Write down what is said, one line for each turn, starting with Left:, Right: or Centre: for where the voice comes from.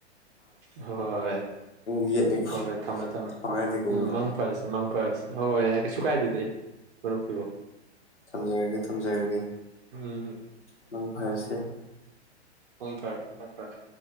Right: ꯍꯣꯏ
Left: ꯌꯦꯠꯂꯤꯀꯣ
Right: ꯍꯣꯏ ꯊꯝꯃꯦ ꯊꯝꯃꯦ
Left: ꯁꯥꯎ ꯌꯥꯗꯦꯀꯣ
Right: ꯎꯝ
Left: ꯃꯔꯨꯞ
Right: ꯃꯪ ꯐꯔꯁꯦ ꯃꯪ ꯐꯔꯁꯦ ꯍꯣꯏ ꯌꯥ ꯀꯩꯁꯨ ꯀꯥꯏꯗꯦ ꯄꯤꯕ
Left: ꯊꯝꯖꯔꯒꯦ ꯊꯝꯖꯔꯒꯦ
Right: ꯎꯝꯃ
Left: ꯃꯪ ꯐꯔꯁꯦ
Right: ꯍꯣꯏ ꯐꯔꯦ ꯍ ꯐꯔꯦ